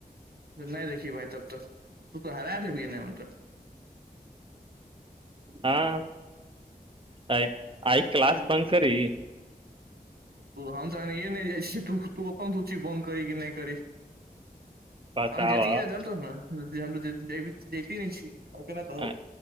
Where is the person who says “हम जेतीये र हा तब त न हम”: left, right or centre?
Right